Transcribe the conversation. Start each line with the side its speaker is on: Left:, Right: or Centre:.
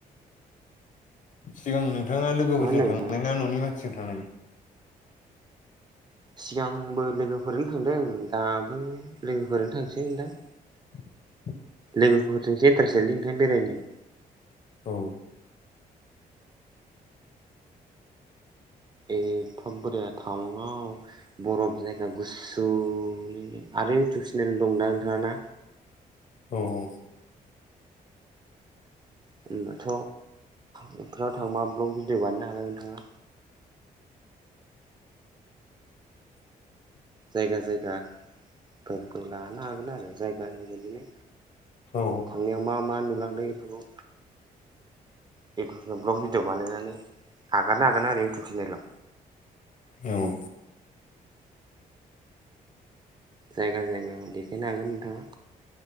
Left: सिगां नोंथाङा लोगोफोरजों
Right: मा होनदों
Left: थांनाय
Right: नोंथाङा?
Left: ना न'नि मानसिजों थांनायमोन
Right: सिगांबो लोगोफोरनो थांदों दाबो लोगोफोरनो थांसै नोंथां
Left: <inaudible>
Right: लोगोफोरजों सेन्टार सो लिनोथां बेरायनो
Left: औ
Right: एफाब बोरि टाउङआव बरफ जायगा गुसुनि आरो इउटुब चेनेल दंना नोंथाङा ना?
Left: औ औ
Right: होनबाथ बेफोराव थांबा ब्लग भिडियअ बानायनो हागोन नोंथाङा
Left: <inaudible>
Right: जायगा जायगाफोरखौ लानो हागोन आरो जायगानि बिदिनो
Left: औ
Right: थांनायाव मा मा नुलांदों बेफोरखौ इउटुबाव ब्लग भिडिअ बानायनानै आगारनो हागोन आरो इउटुब चेनेलाव
Left: औ
Right: जायगा जायगा देखायनो हागोन नोंथाङा